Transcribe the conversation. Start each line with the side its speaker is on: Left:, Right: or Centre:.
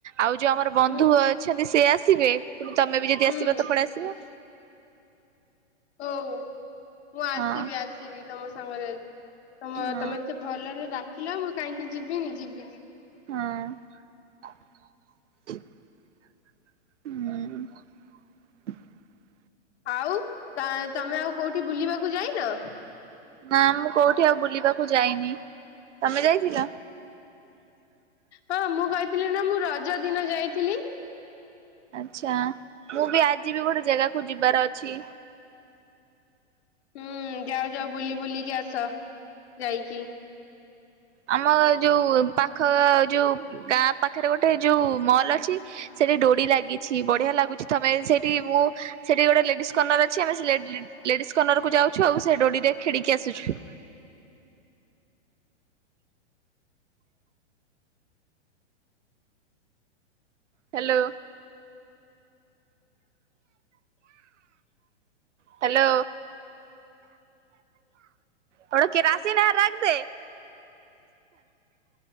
Right: ଆଉ ଯୋଉ ଆମର ବନ୍ଧୁ
Left: ହୁଁ
Right: ଅଛନ୍ତି ସେ ଆସିବେ ପୁଣି ତମେବି ଯଦି
Left: ହୁଁ
Right: ଆସିବ ପଳେଇ ଆସିବ।
Left: ହଉ ମୁଁ ଆସିବି-ଆସିବି
Right: ହଁ
Left: ତମ ସାଙ୍ଗରେ। ତମ
Right: ହଁ
Left: ତମେ ଏତେ ଭଲରେ ଡାକିଲ ମୁଁ କାହିଁକି ଯିବିନି ଯିବି।
Right: ହଁ ହୁଁ। ହୁଁ।
Left: ଆଉ ତମେ ଆଉ କୋଉଠି ବୁଲିବାକୁ ଯାଇନ?
Right: ନା ମୁଁ କୋଉଠି ଆଉ ବୁଲିବାକୁ ଯାଇନି ତମେ ଯାଇଥିଲ?
Left: ହଁ ମୁଁ କହିଥିଲି ନା ମୁଁ ରଜ ଦିନ ଯାଇଥିଲି।
Right: ଆଚ୍ଛା ମୁଁ ବି ଆଜି ବି ଗୋଟେ ଜାଗାକୁ ଯିବାର ଅଛି।
Left: ହୁଁ ଯାଅ-ଯାଅ ବୁଲି ବୁଲିକି ଆସ ଯାଇକି।
Right: ଆମ ଯୋଉ ପାଖ ଯୋଉ ଗାଁ ପାଖରେ ଗୋଟେ ଯୋଉ ମଲ ଅଛି ସେଇଠି ଡୋଡ଼ି ଲାଗିଛି ବଢ଼ିଆ ଲାଗୁଛି ତମେ ସେଇଠି ମୁଁ ସେଠି ଗୋଟେ ଲେଡିସ୍ କର୍ଣ୍ଣର ଅଛି ଆମେ ଲେଡିସ୍ କରନର କୁ ଯାଉଛୁ ଆଉ ସେ ଡୋଡିରେ ଖେଳିକି ଆସୁଛୁ। ହ୍ୟାଲୋ। ହ୍ୟାଲୋ। କଣ କେରାସିନ ହେ ରଖ ଥା।